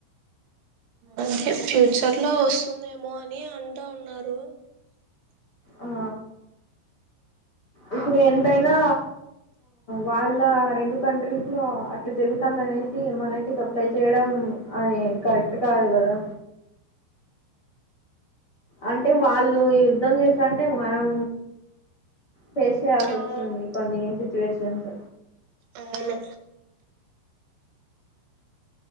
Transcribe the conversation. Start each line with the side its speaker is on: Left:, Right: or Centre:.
Right: అంటే ఫ్యూచర్ లో వస్తుందేమో అని అంటూ ఉన్నారు
Left: ఆ ఇప్పుడు ఎంతైనా వాళ్ళ రెండు కంట్రీస్ లో అట్లా జరుగుతాంది అనేసి మనకి సప్లై చేయడం అది కరెక్ట్ కాదు కదా అంటే వాళ్ళు యుద్ధం చేస్త అంటే మనం ఫేస్ చేయాల్సి
Right: అవును
Left: వస్తుంది కొన్ని సిచ్యువేషన్స్
Right: అవును